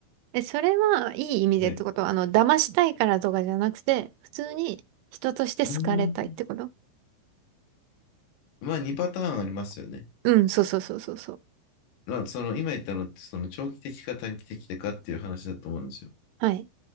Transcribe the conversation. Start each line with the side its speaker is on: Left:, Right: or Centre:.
Right: え、それはいい意味でってことはあの、
Left: はい。
Right: 騙したいからとかじゃなくて、普通に人として好かれたいってこと
Left: うん。まあ、2パターンありますよね。
Right: うん、そうそうそうそうそう。
Left: まあ、その、今言ったのって、その、長期的か短期的かっていう話だと思うんですよ。
Right: はい。